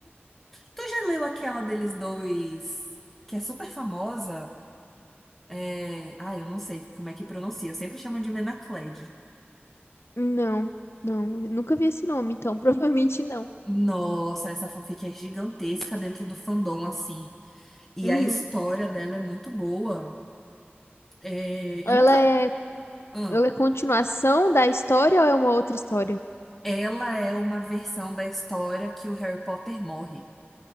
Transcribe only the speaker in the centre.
Tu já leu aquela deles dois, que é super famosa? É... Ah, eu não sei como é que pronuncia. Eu sempre chamo de Menacled.
Nossa, essa fanfic é gigantesca dentro do fandom, assim. E
a história dela é muito boa. É...
Eu nunca.
Ah,
ela é uma versão da história que o Harry Potter morre.